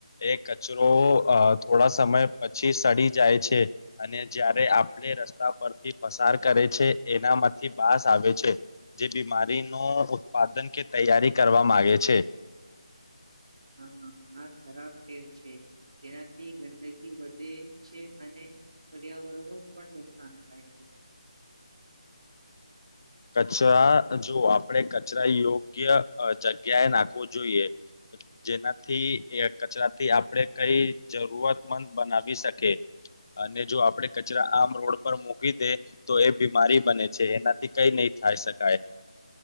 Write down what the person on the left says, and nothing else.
એ કચરો અ થોડા સમય પ પ સડી જાય છે અને જયારે આપણે રસ્તા પરથી પસાર કરે છે એનામાંથી બાસ આવે છે જે બીમારી ન ઉત્પાદન કે તૈયારી કરવા માગે છે
કચરા જો આપણે કચરા યોગ્ય જગ્યાએ નાખવું જોઈએ જેનાથી કચરાથી આપણે કઈ જરૂરતમંદ બનાવી શકે અને જો આપણે કચરા આમ રોડ પર મૂકી દે તો એ બીમારી બને છે એનાથી કઈ નહી થાય શકાય.